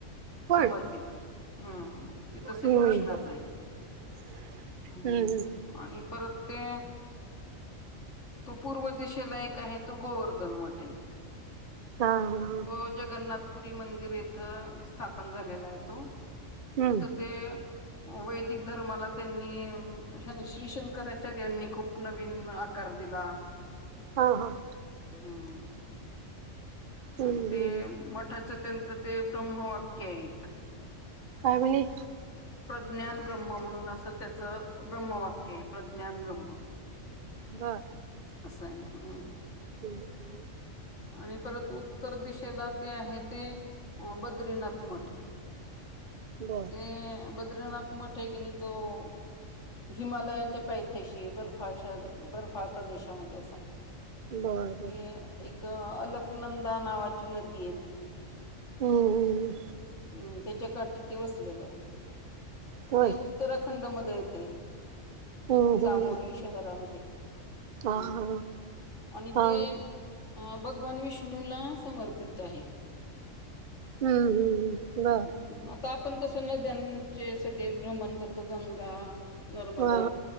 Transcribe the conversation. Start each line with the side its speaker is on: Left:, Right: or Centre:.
Right: होय
Left: समर्पित, हम्म तिथं श्रीकृष्णाच
Right: हम्म
Left: आहे. हम,
Right: हम्म
Left: आणि परत ते- तो पूर्व दिशेला एक आहे तो गोवर्धन मठ आहे.
Right: हा हा
Left: तो- जगन्नाथपुरी मंदिर येथं स्थापन झालेला आहे तो.
Right: हम्म
Left: तिथं ते वैदिक धर्माला त्यांनी- श्री शंकराचार्यांनी खूप नवीन आकार दिला.
Right: हो हो.
Left: हम्म,
Right: हम्म
Left: आणि ते
Right: हम्म
Left: मठाच त्यांच- ते ब्रम्ह वाक्य आहे एक.
Right: काय म्हने?
Left: प्रज्ञान ब्रह्म म्हणून असं त्याचं ब्रह्म वाक्य आहे, प्रज्ञान ब्रह्म. <inaudible>
Right: हा.
Left: असं आहे, हम्म.
Right: हम्म.
Left: आणि परत उत्तर दिशेला ते आहे ते बद्रीनाथ मठ.
Right: बर
Left: ते बद्रीनाथ मठ आहे की नाही तो- हिमालयाच्या पायथ्याशी आहे. बर्फा-बर्फाळ प्रदेशामध्ये असा.
Right: बर बर
Left: ते एक अलकनंदा नावाची नदी आहे तिथे.
Right: हम्म हम्.
Left: हम् त्याच्या काठी ते वसलेलं आहे.
Right: होय
Left: ते उत्तराखंड मध्ये येते,
Right: हम्म
Left: चामोली
Right: हम्म
Left: शहरामध्ये.
Right: हा
Left: हम्म
Right: हा
Left: आणि
Right: हा
Left: ते भगवान विष्णूला समर्पित आहे.
Right: हम्म हम् हम् बर.
Left: ह आता आपण कसं नद्यांचे सगळे भ्रमण करतो गंगा, - नर्मदा
Right: हा